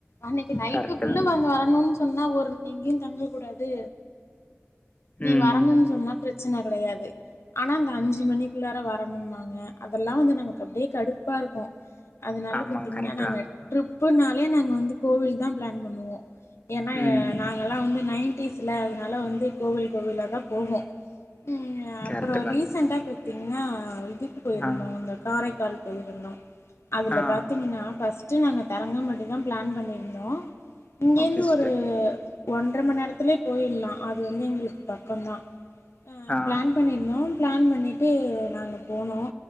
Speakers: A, on the left; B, on the left.
A: அன்னைக்கு நைட்டுக்குள்ள
B: கரெக்ட் தா
A: வந்து வரணுன்னு சொன்னா ஒரு எங்கேயு தங்க கூடாது நீ
B: ம்
A: வரணுன்னு சொன்னா பிரச்சன கடையாது ஆனா அந்த அஞ்சு மணிக்குள்ளார வரணும்பாங்க அதெல்லா வந்து நமக்கு அப்டியே கடுப்பா இருக்கு அதனால
B: ஆமா
A: பாத்தீங்கன்னா
B: கரெக்ட்
A: நாங்க
B: தா
A: ட்ரிப்புனாலே நாங்க வந்து கோவில் தா பிளான் பண்ணுவோ ஏன்னா
B: ம்
A: நாங்கல்லா வந்து நைன்டிஸ்ல அதனால வந்து கோவில் கோவிலா தா போவோ ம் அப்புறோ
B: கரெக்ட் தா
A: ரீசெண்டா பாத்தீங்கன்னா இதுக்கு போயிருந்தோ
B: ஆ
A: இந்த காரைக்கால் போயிருந்தோ அதுல
B: ஆ
A: பாத்தீங்கன்னா பஸ் ட்டு நாங்க தரங்கம்பட்டி தா பிளான் பண்ணியிருந்தோ இங்கேந்து
B: ஓகே சிஸ்டர்
A: ஒரு ஒன்ற மண் நேரத்துலே போயிடலா அது வந்து எங்களுக்கு பக்கோந்தா அ
B: ஆ
A: பிளான் பண்ணியிருந்தோ பிளான் பண்ணிட்டு நாங்க போனோ